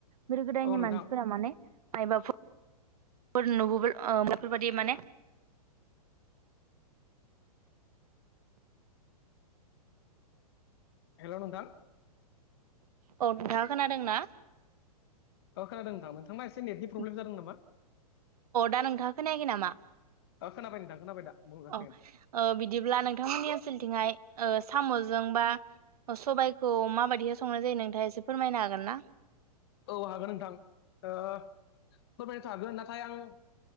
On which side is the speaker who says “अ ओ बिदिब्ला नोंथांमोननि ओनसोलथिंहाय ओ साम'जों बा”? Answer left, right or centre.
Right